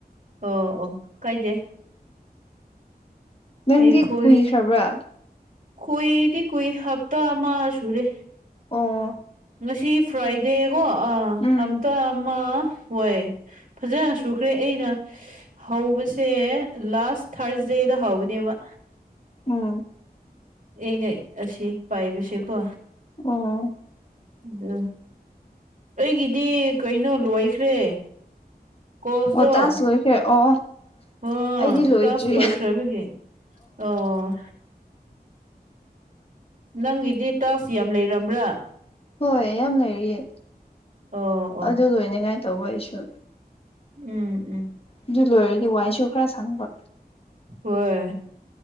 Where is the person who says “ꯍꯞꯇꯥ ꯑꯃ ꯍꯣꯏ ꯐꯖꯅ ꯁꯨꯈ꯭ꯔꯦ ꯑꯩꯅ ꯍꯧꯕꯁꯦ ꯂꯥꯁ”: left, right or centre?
Right